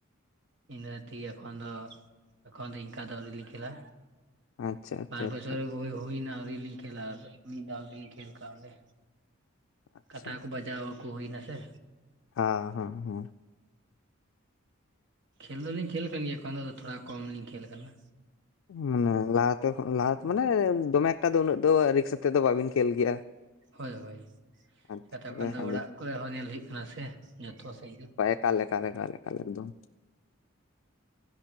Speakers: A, on the right; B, on the left.
A: ᱤᱱᱟ ᱛᱮᱜᱮ ᱮ ᱫᱚ ᱮᱚᱱ ᱫᱚ ᱤᱱᱠᱟ ᱫᱚ ᱟᱹᱣᱞᱤᱧ ᱠᱷᱮᱞᱟ
B: ᱟᱪᱪᱷᱟ ᱟᱪᱪᱷᱟ
A: ᱵᱟᱨ ᱵᱪᱚᱨ
B: ᱟᱪᱪᱷᱟ
A: ᱦᱩᱭᱭᱱᱟ ᱟᱹᱣᱤ ᱠᱷᱮᱞᱟ ᱟᱨ ᱢᱤᱫ ᱫᱷᱟᱣ ᱛᱮᱜᱮᱧ ᱠᱷᱮᱞ ᱠᱟᱜᱼᱟ ᱚᱸᱰᱮ
B: ᱟᱪᱪᱷᱟ
A: ᱠᱟᱴᱟ ᱠᱚ ᱵᱟᱡᱟᱣ ᱟᱠᱚ ᱦᱩᱭᱱᱟ ᱥᱮ
B: ᱦᱮᱸ ᱦᱮᱸ ᱦᱮᱸ
A: ᱠᱷᱮᱞ ᱫᱚᱞᱤᱧ ᱠᱷᱮᱞ ᱟᱠ ᱠᱟᱱ ᱜᱮᱭᱟ ᱮᱠᱷᱚᱱ ᱫᱚᱫᱚ ᱛᱷᱚᱲᱟ ᱠᱚᱢ ᱞᱞᱤᱧ ᱠᱷᱮᱞ ᱠᱟᱱᱟ
B: ᱢᱟᱱᱮ ᱞᱟᱦᱟᱛᱮ ᱞᱟᱦᱟ ᱢᱟᱱᱮ ᱫᱚᱢᱮ ᱮᱠᱴᱟ ᱫᱚ ᱩᱱᱟᱹᱜ ᱫᱚ ᱨᱤᱠᱥᱛᱮᱮᱫ ᱫᱚ ᱵᱵᱤᱱ ᱠᱷᱮᱞ ᱜᱮᱭᱟ
A: ᱦᱳᱭ ᱦᱳᱭᱛ
B: ᱟᱪᱪᱷᱟ
A: ᱠᱷᱚᱱ ᱫᱚ
B: ᱟᱹᱰᱤ
A: ᱚᱲᱟᱜ ᱠᱚᱨᱮ ᱦᱚᱸ ᱧᱮᱞ ᱦᱩᱭᱩᱜ ᱠᱟᱱᱟ ᱥᱮ ᱡᱚᱛᱚ ᱥᱮᱫ ᱜᱮ
B: ᱠᱟᱞᱮ ᱠᱟᱞᱮᱞᱮᱞᱮ ᱮᱠᱫᱚᱢ